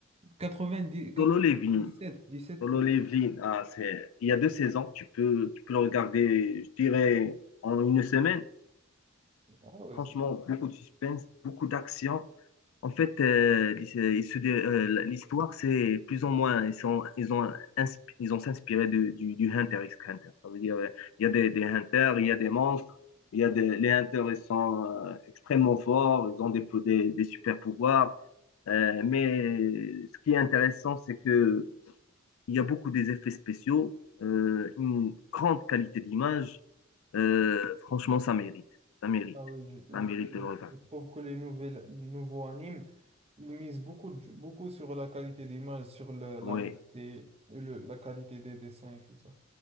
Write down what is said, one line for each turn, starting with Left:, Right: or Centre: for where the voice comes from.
Right: 90, 97,
Left: Solo Levin.
Right: 17
Left: Solo
Right: plus.
Left: Levin, ah, c'est... il y a deux saisons, tu peux, tu peux le regarder, je dirais, en une semaine.
Right: Ah ouais,
Left: Franchement,
Right: c'est bien.
Left: beaucoup de suspense, beaucoup d'action. En fait, euh, il se- il se dé- euh, l'histoire, c'est plus ou moins, ils sont, ils ont, insp- ils ont s'inspiré du, du, du Hunter x Hunter. Ça veut dire, euh, il y a des, des Hunters, il y a des monstres, il y a des, les Hunters, ils sont euh, extrêmement forts, ils ont des, po- des, des super pouvoirs. Euh, mais ce qui est intéressant, c'est que il y a beaucoup des effets spéciaux, euh, une grande qualité d'image. Euh, franchement, ça mérite. Ça mérite.
Right: Ah oui, je,
Left: Ça mérite
Right: je-
Left: le regard.
Right: je trouve que les nouvelles, nouveaux animes, ils misent beaucoup, de- beaucoup sur la qualité d'image, sur le- la,
Left: Oui,
Right: netteté, le- la qualité des dessins et tout ça.